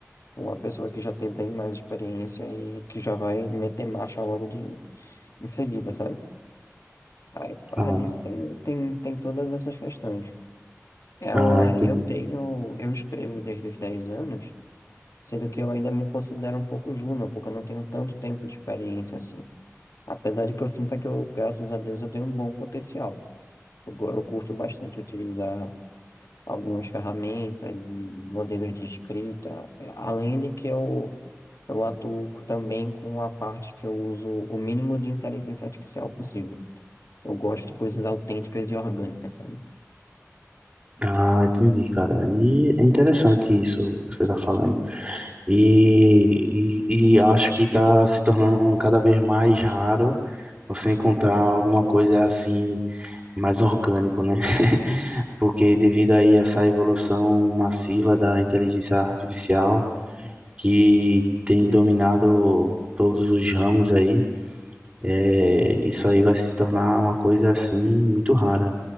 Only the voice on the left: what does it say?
uma pessoa que já tem bem mais experiência e que já vai meter marcha logo de em seguida, sabe? Aí, por causa
disso, tem, tem, tem todas essas questões. Eu,
ah,
eu tenho, eu escrevo desde os 10 anos, sendo que eu ainda me considero um pouco júnior, porque eu não tenho tanto tempo de experiência assim. Apesar de que eu sinta que eu, graças a Deus, eu tenho um bom potencial. Eu go- eu curto bastante utilizar algumas ferramentas e modelos de escrita, É, além de que eu, eu atuo co- também com a parte que eu uso o mínimo de inteligência artificial possível. Eu gosto de coisas autênticas e orgânicas, sabe?